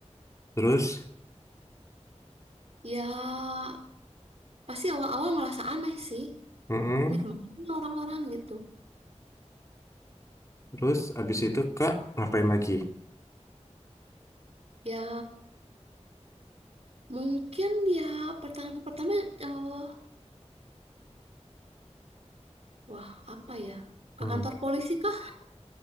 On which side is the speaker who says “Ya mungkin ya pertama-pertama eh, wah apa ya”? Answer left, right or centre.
Right